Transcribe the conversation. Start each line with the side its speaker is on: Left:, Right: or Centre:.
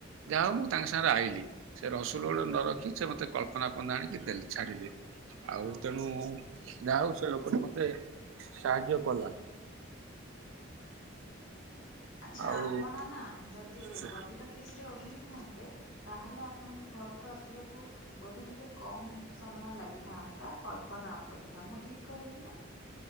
Right: ଯାହା ହଉ ମୁଁ ତାଙ୍କ ସାଙ୍ଗରେ ଆଇଲି। ସେ ରସୁଲଗଡ ନ ରଖି ସେ ମତେ କଳ୍ପନା ପର୍ଯ୍ୟନ୍ତ ଆଣିକି ଦେଲେ ଛାଡିଲେ। ଆଉ ତେଣୁ ଯାହା ହଉ ସେ ଲୋକଟି ମତେ ସାହାଯ୍ୟ କଲା।
Left: ଆଛା
Right: ଆଉ
Left: ଆପଣ ନା ଯଦି
Right: ସେ
Left: ରବି ଟକିଜ ରେ ଓହ୍ଲେଇ ଥାନ୍ତେ ତାହେଲେ ଆ ଆପଣଙ୍କ ଘରକୁ ଆସିବାକୁ ବୋଧେ ଟିକେ କମ ସମୟ ଲାଗିଥାନ୍ତା କଳ୍ପନା ଅପେକ୍ଷା ମୁଁ ଠିକ୍ କହିଲି ନା?